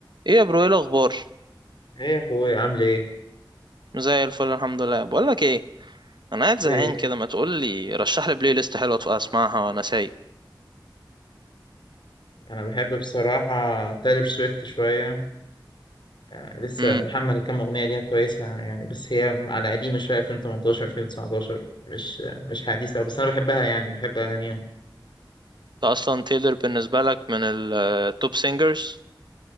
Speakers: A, on the right (about 65°); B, on the left (about 70°).
A: ايه يا برو ايه الاخبار
B: ايه يا اخويا عامل ايه
A: زي الفل الحمد لله بقول لك ايه انا قاعد زهقان
B: ايه
A: كده ما تقول لي رشح لي بلاي ليست حلوه تبقى اسمعها وانا سايق
B: انا بحب بصراحه تايلر سويفت شويه آه لسه
A: امم
B: محمل كام اغنيه ليها كويسه يعني بس هي على قديمه شويه 2018 2019 مش مش حديثه بس انا بحبها يعني بحب اغانيها
A: انت اصلا تايلر بالنسبه لك من التوب سينجرز